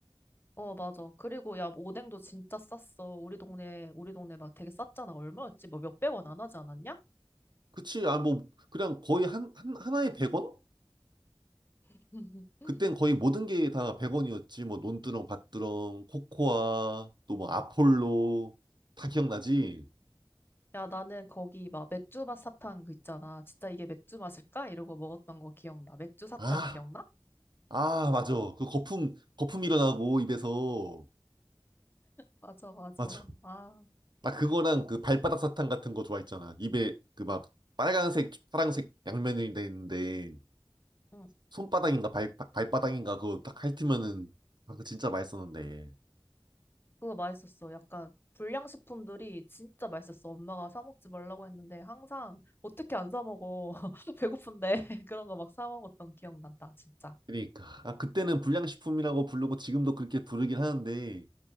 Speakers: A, on the left; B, on the right.
A: 어, 맞아. 그리고 야, 뭐 오뎅도 진짜 쌌어. 우리 동네, 우리 동네 막 되게 쌌잖아. 얼마였지? 뭐 몇백 원 안 하지 않았냐?
B: 그치? 아 뭐 그냥 거의 한, 한 하나에 100원?
A: <laughs>
B: 그땐 거의 모든 게 다 100원이었지. 뭐 논두렁, 밭두렁, 코코아, 또 뭐 아폴로 다 기억나지?
A: 응. 야, 나는 거기 막 맥주 맛 사탕 그 있잖아. 진짜 이게 맥주 맛일까? 이러고 먹었던 거 기억나. 맥주 사탕
B: 아,
A: 기억나?
B: 아, 맞아. 그 거품 거품 일어나고 입에서
A: 맞아, 맞아.
B: 맞아.
A: 아.
B: 나 그거랑 그 발바닥 사탕 같은 거 좋아했잖아. 입에 그 막 빨간색, 파란색 양면이 돼 있는데
A: 응,
B: 손바닥인가 발 발바닥인가 그거 딱 핥으면은 아, 그거 진짜 맛있었는데.
A: 그거 맛있었어. 약간 불량식품들이 진짜 맛있었어. 엄마가 사 먹지 말라고 했는데 항상 어떻게 안 사 먹어. <laughs> 배고픈데 <laughs> 그런 거 막 사 먹었던 기억 난다. 진짜.
B: 그러니까 아 그때는 불량식품이라고 부르고 지금도 그렇게 부르긴 하는데